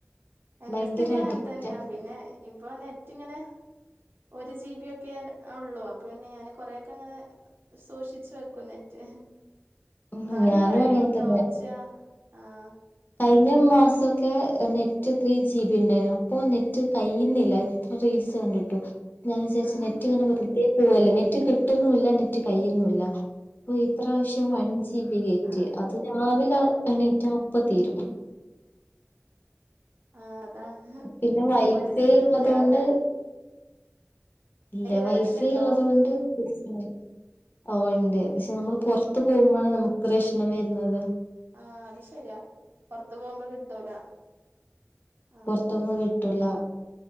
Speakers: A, on the right (about 55°); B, on the left (about 45°).
A: എന്റെ
B: ഭയങ്കര
A: സ്ഥിതി
B: അഡിക്റ്റാ
A: അങ്ങനെ തന്നെയാ പിന്നെ ഇപ്പൊ ഏറ്റ ഇങ്ങനെ ഒരു ജീ ബിയ ഒക്കെ ഉള്ളൂ അപ്പൊ പിന്നെ ഞാാന് കൊറെക്കെ ഇങ്ങനെ സൂക്ഷിച്ചു വെക്കും നെറ്റ്
B: ഉം
A: എന്നാലും
B: ഞാനും
A: കഴിയൂട്ടോ
B: അങ്ങനെ തന്നെ
A: ഒച്ച ആഹ്
B: കഴിഞ്ഞ മാസമൊക്കെ നെറ്റ് ത്രീ ജി ബി ഉണ്ടായിരുന്നു അപ്പൊ നെറ്റ് കഴിയുന്നില്ല ഇത്ര റീൽസ് കണ്ടിട്ടു ഞാൻ വിചാരിച്ച്
A: ആഹ്
B: നെറ്റ് ഇങ്ങനെ പോവല്ലേ നെറ്റ് കിട്ടുന്നില്ല നെറ്റ് കയുന്നുല്ല അപ്പൊ ഈ പ്രാവശ്യം വണ്ടി ജി ബി ഗേറ്റ്
A: ആഹ്
B: അത് രാവിലെ എണീറ്റ് അപ്പ തീരും
A: ആഹ അതാണ്
B: പിന്നെ വൈഫൈ
A: ഒരു ജിബി യൊന്നും
B: ഉള്ളതുകൊണ്ട്
A: മതി യാവില്ല
B: ഇല്ല
A: കണക്ഷൻ
B: വൈഫൈ
A: ഉണ്ടോ
B: ഉള്ളതൊണ്ട് പ്രശ്ന ഓ ഉണ്ട്
A: ഏഹ്
B: പക്ഷെ നമ്മൾ പുറത്ത് പോകുമ്പോാണ് നമുക്ക് പ്രശ്നം വരുന്നത്
A: ആഹ് അത് ശരിയാ പുറത്ത് പോകുമ്പോ കിട്ടൂല ആഹ്
B: പുറത്തൊന്ന കിട്ടില്ല